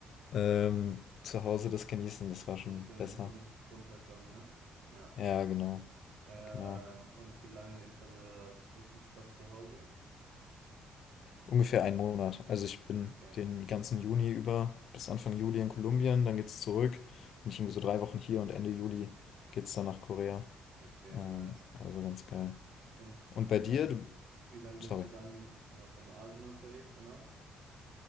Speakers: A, on the left; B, on the right.
A: ähm,
B: ist
A: zu Hause das genießen, das war schon
B: bisschen
A: besser.
B: run runterkommen, ne? Ja.
A: Ja, genau,
B: Ähm,
A: genau.
B: und wie lange ist dann euer Zwischenstopp zu Hause?
A: Ungefähr 1 Monat. Also, ich bin
B: Okay,
A: den ganzen Juni über bis Anfang Juli in Kolumbien, dann geht's zurück. Bin ich irgendwie so 3 Wochen hier und Ende Juli geht's dann nach Korea.
B: okay,
A: Ähm,
B: nice.
A: also ganz geil.
B: Und, und
A: Und bei
B: wie
A: dir?
B: lang,
A: Du
B: wie lang
A: Sorry.
B: bist du dann noch in Asien unterwegs danach?